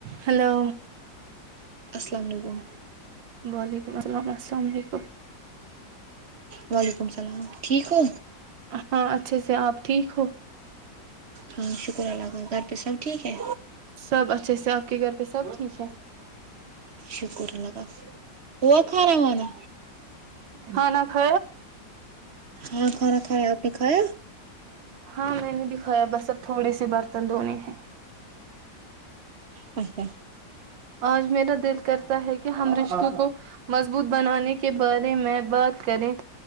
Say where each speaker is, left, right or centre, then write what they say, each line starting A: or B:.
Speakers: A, on the right (about 80°); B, on the right (about 55°).
A: hello
B: السلام علیکم
A: وعلیکم السلام السلام علیکم
B: وعلیکم السلام ٹھیک ہو
A: ہاں اچھا ا سے آپ ٹھیک ہو
B: ہاں شکر اللہ کا گھر پہ سب ٹھیک ہے
A: سب اچھے سے آپ کے گھر پہ سب ٹھیک ہے
B: شکر اللہ کا ہوا کھانا وانا
A: ہ <inaudible> خ <inaudible>
B: ہاں کھانا کھایا آپ نے کھایا
A: ہاں میں نے دکھایا بس اب تھوڑے سے برتن دھونے ہیں
B: اچھا
A: آج میرا دل کرتا ہے کہ ہم رشتوں کو مضبوط بنانے کے بارے میں بات کریں